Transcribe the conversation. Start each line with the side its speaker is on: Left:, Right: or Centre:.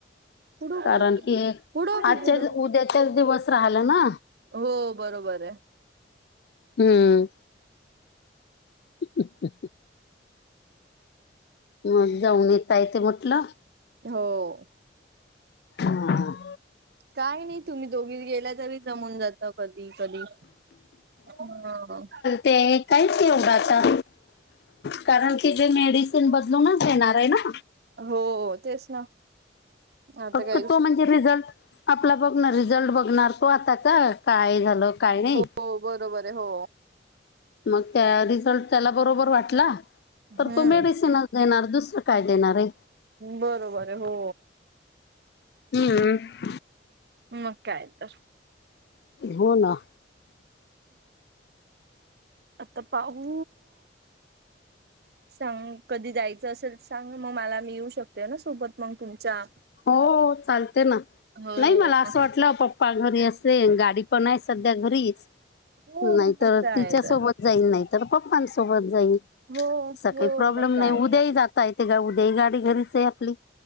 Right: उडव
Left: कारण की
Right: उडव
Left: आजच्याच
Right: की उडव.
Left: उद्याच्याच दिवस राहिला ना
Right: हो बरोबर आहे.
Left: हम्म, <unintelligible> मग जाऊन येता येते म्हटलं.
Right: हो.
Left: हम हम
Right: काही नाही तुम्ही दोघीच गेला तरी जमून जात कधी कधी हो
Left: ते कायच योगाचा कारण कि जे मेडिसिन बदलूनच देणार आहे ना.
Right: हो तेच ना आता
Left: फक्त
Right: काय दुसर
Left: तो म्हणजे रिझल्ट, आपला बघणार रिझल्ट बघणार तो आता का काय झालं तो काही नाही
Right: हो बरोबर आहे हो
Left: मग त्या रिझल्ट त्याला बरोबर वाटला.
Right: हम्म
Left: तर तो मेडिसिनच देणार दुसरं काय देणार आहे.
Right: बरोबर आहे हो.
Left: हम्म
Right: मग काय तर
Left: हो ना
Right: आता पाहू सांग कधी जायचं असेल सांग म मला मी येऊ शकते ना सोबत मग तुमच्या
Left: हो चालते ना,
Right: हो
Left: नाही मला असं
Right: मग
Left: वाटलं पप्पा घरी असेन गाडी पण असेन. सध्या घरीच
Right: हो
Left: नाहीतर
Right: मग काय
Left: तिच्या
Right: तर
Left: सोबत जाईल नाहीतर पप्पां सोबत जाईन
Right: हो
Left: असं
Right: हो
Left: काही प्रॉब्लेम
Right: मग काय
Left: नाही
Right: तर
Left: उद्याही जाता येते ग उद्याही गाडी घरीच आहे आपली.